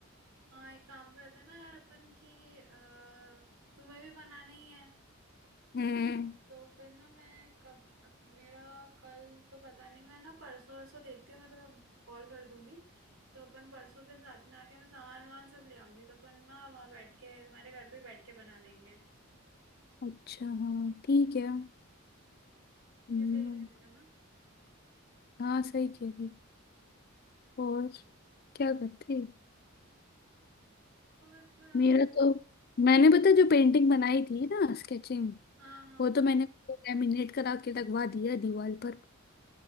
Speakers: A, on the right; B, on the left.
A: हाँ एक काम करते हैं ना यार अपन की अ, तुम्हें भी बनाना ही है
B: हम्म
A: तो फिर ना मैं कब अब मेरा कल तो पता नहीं मैं ना परसों वरसों देखती हूँ मैं तुम्हें कॉल कर दूंगी तो अपन परसों फिर साथ में आके मैं सामान वामान सब ले आऊंगी तो अपन ना वहाँ बैठ के तुम्हारे घर पे बैठ के बना लेंगे
B: अच्छा हाँ ठीक है
A: ये
B: हम्म
A: सही रहेगा ना
B: हाँ सही कह रही और क्या करते
A: और तो यार
B: मेरा तो मैंने पता जो पेंटिंग बनाई थी ना स्केचिंग
A: हाँ हाँ
B: वो तो मैंने लैमिनेट करा के लगवा दिया दीवार पर